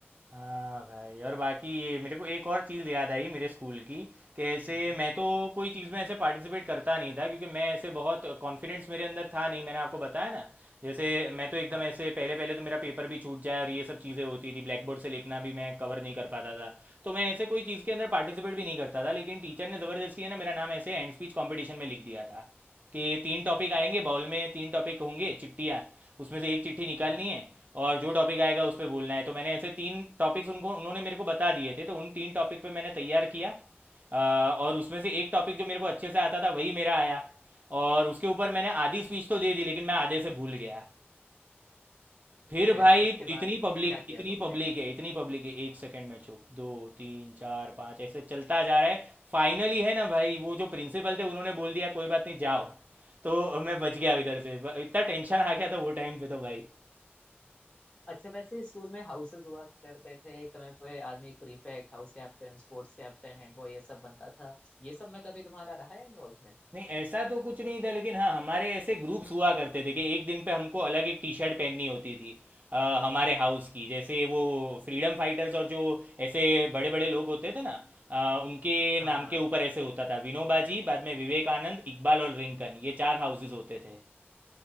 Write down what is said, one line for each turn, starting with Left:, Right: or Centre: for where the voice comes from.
Right: हाँ भाई और बाकी ये मेरे को एक और चीज़ याद आई मेरे स्कूल की कि ऐसे
Left: हम्म हम्म
Right: मैं तो कोई चीज़ में ऐसे पार्टिसिपेट करता नहीं था क्योंकि मैं ऐसे बहुत कॉन्फिडेंस मेरे अंदर था नहीं मैंने आपको बताया ना जैसे मैं तो एकदम
Left: हाँ
Right: ऐसे पहले पहले तो मेरा पेपर भी छूट जाए और ये सब चीज़ें होती थी ब्लैक बोर्ड से लिखना भी मैं कवर नहीं कर पाता था तो मैं ऐसे कोई चीज़ के अंदर पार्टिसिपेट भी नहीं करता था लेकिन टीचर ने ज़बरदस्ती है ना मेरा नाम ऐसे हैंड स्पीच कॉम्पिटिशन में लिख दिया था कि तीन टॉपिक
Left: अच्छा
Right: आएंगे
Left: तो
Right: बाउल में तीन टॉपिक होंगे चिट्ठियाँ उसमें से एक चिट्ठी निकालनी
Left: हम्म हम्म।
Right: है और जो टॉपिक आएगा उस पर बोलना है तो मैंने ऐसे तीन टॉपिक्स उनको उन्होंने मेरे को बता दिए थे तो उन तीन टॉपिक पे मैंने तैयार किया अ, और उसमें से एक टॉपिक जो मेरे को अच्छे से आता था वही मेरा आया और उसके ऊपर मैंने आधी स्पीच तो दे दी लेकिन मैं आधे से भूल गया फिर
Left: फिर
Right: भाई
Left: उसके
Right: इतनी
Left: बाद
Right: पब्लिक
Left: क्या किया
Right: इतनी
Left: तुमने
Right: पब्लिक है इतनी पब्लिक है एक सेकंड में चुप दो तीन चार पाँच ऐसे चलता जा रहा है फाइनली है ना भाई वो जो प्रिंसिपल थे उन्होंने बोल दिया कोई बात नहीं जाओ तो मैं बच गया इधर से इतना टेंशन आ गया था वो टाइम पे तो भाई
Left: अच्छा वैसे स्कूल में हाउसेस हुआ करते थे एक समय पे आदमी prefect house captain sports captain head boy ये सब बनता था ये सब में कभी तुम्हारा रहा है इन्वॉल्वमेंट
Right: नहीं ऐसा तो कुछ नहीं था लेकिन हाँ हमारे ऐसे ग्रुप्स हुआ करते थे कि एक दिन पे हमको अलग एक टी शर्ट पहननी होती थी अ, हमारे हाउस की जैसे वो फ्रीडम फाइटर्स और जो ऐसे बड़े बड़े लोग होते थे ना अ, उनके
Left: हाँ
Right: नाम
Left: हाँ
Right: के ऊपर ऐसे होता था विनोबाजी बाद में विवेकानंद इकबाल और रिंकन ये चार हाउसेज होते थे